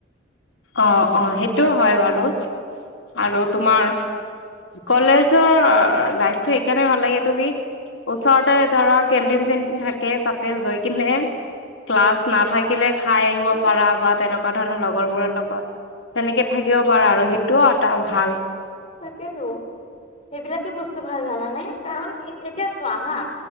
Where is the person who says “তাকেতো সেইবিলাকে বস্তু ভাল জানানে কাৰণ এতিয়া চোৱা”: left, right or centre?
Left